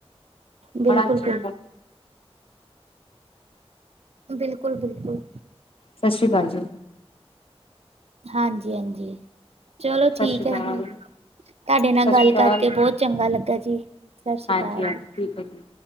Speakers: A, on the right; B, on the left.
A: ਬਿਲਕੁਲ
B: ਬੜਾ ਅਛੇ
A: ਬਿਲ ਬਿਲਕੁਲ, ਬਿਲਕੁਲ
B: ਸਸ ਸ੍ਰੀ ਕਾਲ ਜੀ
A: ਹਾਂਜੀ ਹਾਂਜੀ ਚਲੋ
B: ਸਤਿ
A: ਠੀਕ
B: ਸ਼੍ਰੀ ਅਕਾਲ
A: ਹੈ ਫਿਰ, ਤਹਾਡੇ ਨਾਲ
B: ਸਤਿ
A: ਗੱਲ
B: ਸ਼੍ਰੀ ਅਕਾਲ
A: ਕਰਕੇ ਬਹੁਤ ਚੰਗਾ ਲੱਗਾ ਜੀ ਸਤਿ ਸ਼੍ਰੀ
B: ਹਾਂਜੀ
A: ਅਕਾਲ।
B: ਹਾਂਜੀ ਠੀਕ ਹੈ ਜੀ